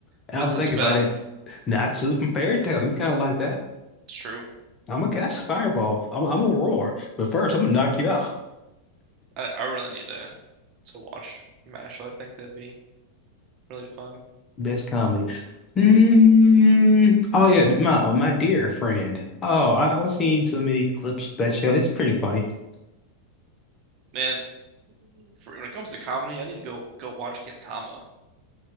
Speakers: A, on the left; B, on the right.
A: And
B: with
A: I was
B: the
A: thinking
B: spell.
A: about it. Natsu from Fairy Tail, he's kind of like that.
B: It's true.
A: I'm gonna cast a fireball. I'm, I'm gonna roar, but first I'm gonna knock you out.
B: I, I really need to to watch Mashal. I think that'd be. really fun.
A: Best comedy. Mm, oh yeah, my oh, my dear friend. Oh, I, I've seen so many clips of that show. It's pretty funny. <laughs>
B: Man, for, when it comes to comedy, I need to go go watch Gintama.